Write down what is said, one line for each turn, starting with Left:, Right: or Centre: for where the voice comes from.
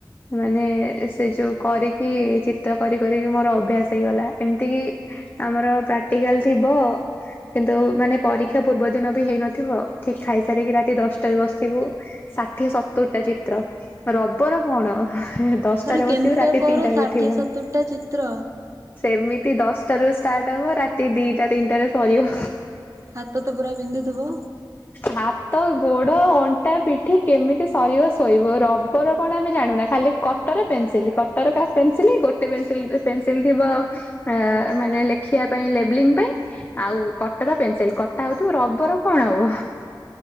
Left: ମାନେ ସେ ଯୋଉ କରିକି ଚିତ୍ର କରି କରି ମୋର ଅଭ୍ୟାସ ହେଇଗଲା ଏମିତି କି ଆମର ପ୍ରାକ୍ଟିକାଲ ଥିବ କିନ୍ତୁ ମାନେ ପରୀକ୍ଷା ପୂର୍ବ ଦିନ ବି ହେଇନଥିବ ଠିକ ଖାଇସାରିକି ରାତି ଦଶଟାରେ ବସିବୁ ଷାଠିଏ ସତୁୁରିଟା ଚିତ୍ର। ରବର କଣ? ଦଶଟାରେ
Right: ଆରେ କେମିତି
Left: ବସିବି ରାତି
Right: ତାକୁ କର
Left: ତିନିଟାରେ
Right: ଷାଠିଏ
Left: ଉଠିବୁ।
Right: ସତୁରିଟା ଚିତ୍ର
Left: ସେମିତି ଦଶଟା ରୁ ଷ୍ଟାର୍ଟ ହବ ରାତି ଦିଟା ତିନିଟାରେ ସରିବ।
Right: ହାତ ତ ପୁରା ବିନ୍ଧୁଥିବ?
Left: ହାତ, ଗୋଡ ଅଣ୍ଟା, ପିଠି କେମିତି ସରିବ ଶୋଇବ ର ପର କଣ ଆମେ ଜାଣୁନା ଖାଲି କଟର ପେନସିଲ କଟର ପେନସିଲ ଗୋଟେ ପେନ୍ସିଲ୍ ପେନସିଲ ଥିବ ଅଁ ମାନେ ଲେଖିବା ପାଇଁ ଲେବଲିଙ୍ଗ ପାଇଁ ଆଉ କଟର ପେନସିଲ କଟା ହଉଥିବ। ରବର କଣ ହବ